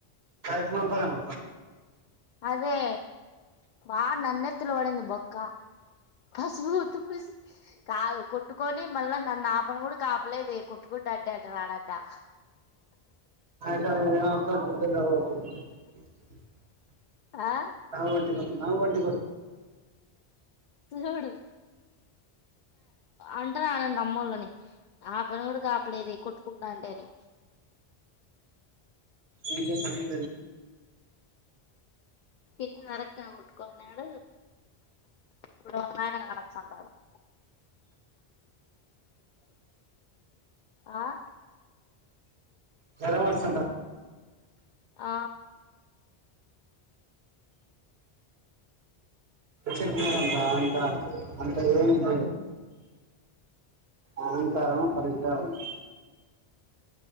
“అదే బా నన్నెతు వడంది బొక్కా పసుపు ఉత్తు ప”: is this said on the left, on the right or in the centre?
Left